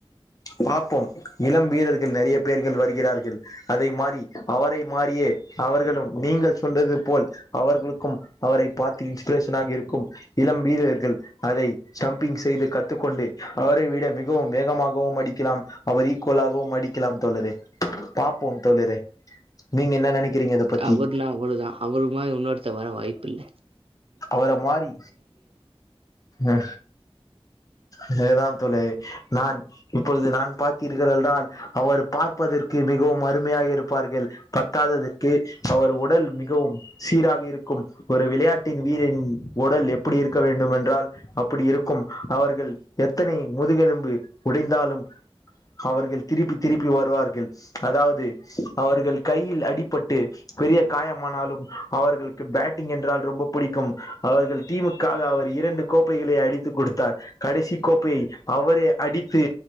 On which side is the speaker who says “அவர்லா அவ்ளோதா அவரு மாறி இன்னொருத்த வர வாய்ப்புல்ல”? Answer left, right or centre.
Right